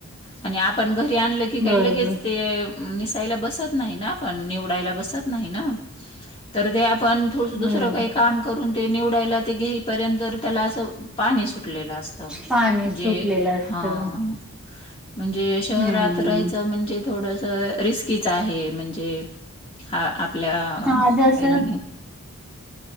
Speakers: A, on the left (about 25°); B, in the centre.
A: आणि आपण घरी आणलं की काही
B: बरोबर
A: लगेच ते निसायला बसत नाही. पण निवडाय बसत नाही ना तर ते आपण
B: बरोबर
A: दुसरं काही काम करून ते निवडायला ते घेईपर्यंत त्याला असं पाणी सुटलेलं असत म्हणजे
B: पाणी सुटलेलं असतं
A: हा. म्हणजे शहरात
B: हम्म
A: राहायचं म्हणजे थोडस रिस्कीच आहे म्हणजे ते ह आपल्या
B: हा जसं
A: काही म्हणे